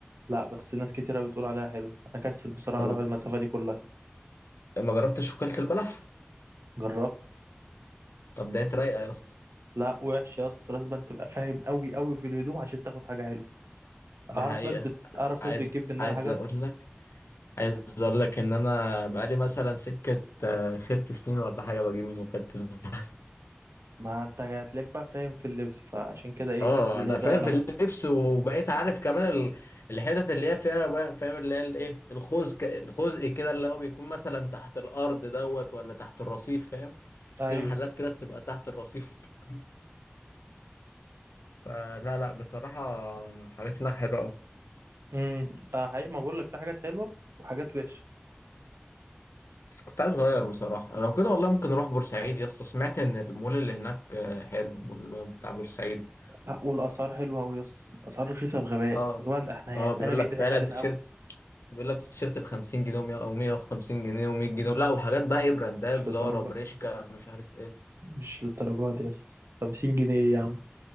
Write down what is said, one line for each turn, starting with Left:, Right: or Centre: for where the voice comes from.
Right: لا بس ناس كتيرة بتقول عليها حلو انا كسل بصراحة
Left: طب
Right: اروح المسافة دي كلها
Left: ما جربتش وكالة البلح
Right: جربت
Left: طب ده رايقة يا اسطى
Right: لا وحش يا اسطى لازم تبقى فاهم قوي قوي في الهدوم عشان تاخد حاجة حلوة
Left: ده
Right: اعرف
Left: حقيقة
Right: ناس بت... اعرف
Left: عايز
Right: ناس بتجيب منها
Left: عايز
Right: حاجات
Left: اقول لك عايز اقول لك ان انا بقالي مثلا سكة آه، ست سنين ولا حاجة بجيب من وكالة البلح
Right: ما انت هتلاقيك بقى فاهم في اللبس فعشان كده ايه
Left: اه
Right: الدنيا
Left: انا
Right: سهلة
Left: فاهم في
Right: معاك
Left: اللبس وبقيت عارف كمان ال- الحتت اللي هي فيها بقى فاهم اللي هي الايه الخزق الخزق كده اللي هو بيكون مثلا تحت الارض دوت ولا تحت الرصيف فاهم
Right: ايوه
Left: في محلات كده بتبقى تحت الرصيف <laughs> فلا لا بصراحة حاجات هناك حلوة أوي
Right: امم ده حقيقي ما بقول لك في حاجات حلوة وحاجات وحشة
Left: بس كنت عايز أغير بصراحة لو كده والله ممكن أروح بورسعيد يا اسطى سمعت إن المول اللي هناك آه، حلو المول بتاع بورسعيد
Right: لا والاسعار حلوة قوي يا اسطى اسعار رخيصة بغباء
Left: اه
Right: اللي هو احنا
Left: اه
Right: احنا
Left: بيقول
Right: هنا بيضحك
Left: لك فعلا
Right: علينا
Left: التيشيرت
Right: قوي
Left: بيقول لك تيشيرت ب 50 جنيه ومية- او 150 جنيه و100 جنيه لا وحاجات بقى ايه براندات
Right: مش
Left: زارا
Right: للدرجة
Left: بريشكا
Right: دي يس
Left: مش عارف ايه
Right: مش للدرجة دي يس 50 جنيه
Left: يا اسطى،
Right: يا عم